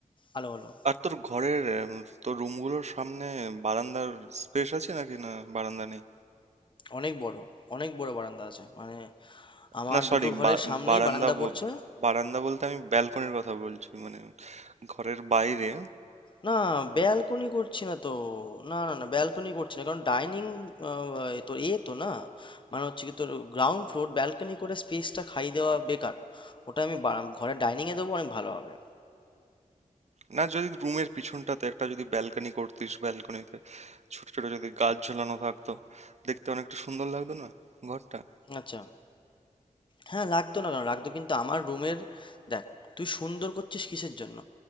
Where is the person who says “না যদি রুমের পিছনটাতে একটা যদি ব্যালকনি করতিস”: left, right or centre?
Right